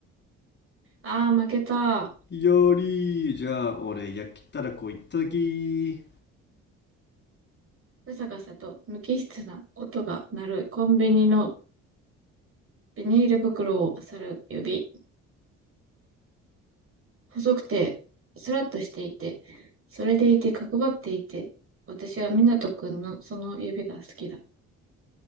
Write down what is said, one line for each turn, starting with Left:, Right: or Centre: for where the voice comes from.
Right: あー、負けた。
Left: よりじゃあ俺焼きたらこいただき
Right: ガサガサと無機質な音が鳴るコンビニのビニール袋を漁る指。細くて、スラッとしていて、それでいて角張っていて、私は湊斗くんのその指が好きだ。